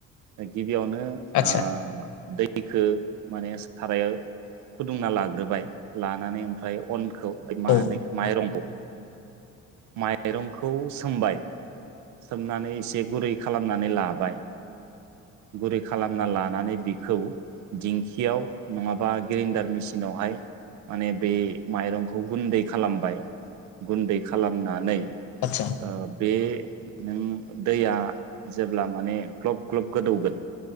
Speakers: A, on the right; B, on the left.
A: गिब गिबियावनो
B: आदसा
A: आ दैखो माने सारायाव फुदुंना लाग्रोबाय लानानै ओमफ्राय अन खौ मा
B: औ
A: होननो इखौ माइरंखौ माइरंखौ सोमबाय सोमनानै एसे गुरै खालामनानै लाबाय गुरै खालामना लानानै बिखौ दिंखियाव नङाबा ग्रिन्दार मेचिनावहाय माने बे माइरंखौ गुन्दै खालामबाय गुन्दै खालामनानै
B: आदसा
A: ओ बे नों दैया जेब्ला माने ग्लब ग्लब गोदौगोन